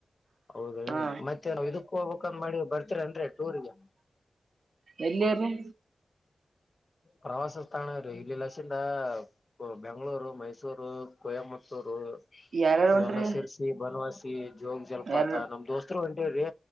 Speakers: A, on the left; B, on the right.
A: ಹೌದರಿ
B: ಹಾ
A: ಮತ್ತ. ನಾವು ಇದಕ ಹೋಗ್ಬೇಕ ಮಾಡೇವ ಬರ್ತೀರ ಏನ್ರಿ ಟೂರ್ಗೆ.
B: ಎಲ್ಲರಿ.
A: ಪ್ರವಾಸ ಸ್ಥಾಣ ರೀ ಇಲ್ಲಿ ಲಸಿಂದ. ಇವ ಬೆಂಗಳೂರು, ಮೈಸೂರು, ಕೊಯಮತ್ತೂರು.
B: ಯಾರ್ಯಾರು
A: ಇವೆಲ್ಲಾ
B: ಹೊಂಟ್ರಿ
A: ಶಿರಸಿ, ಬನವಾಸಿ, ಜೋಗ ಜಲಪಾತ
B: ಯಾರು
A: ನಮ್ಮ ದೋಸ್ತರ ಹೊಂಟಿವ್ರಿ.